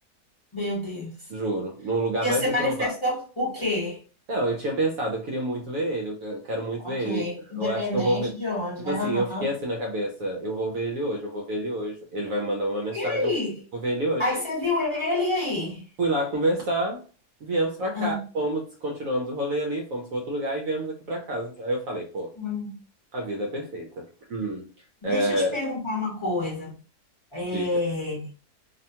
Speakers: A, on the left; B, on the right.
A: meu Deus.
B: Juro, no lugar
A: E
B: mais
A: você
B: improvável.
A: manifestou o quê?
B: Não, eu tinha pensado, eu queria muito ver ele, eu eu quero muito
A: Ok.
B: ver ele. Eu
A: Independente
B: acho que eu vou ver.
A: de onde,
B: Tipo
A: né?
B: assim,
A: Aham.
B: eu fiquei assim na cabeça, eu vou ver ele hoje, eu vou ver ele hoje. Ele vai me mandar uma mensagem,
A: E aí?
B: eu vou vou ver ele hoje.
A: Aí você viu ele e aí?
B: Fui lá conversar, viemos pra cá.
A: Ah,
B: Fomos, continuamos o rolê ali, fomos para outro lugar e viemos aqui pra casa. Aí eu falei, pô,
A: hum.
B: a vida é perfeita. Hum,
A: Deixa
B: é,
A: eu te perguntar uma coisa. É,
B: diga.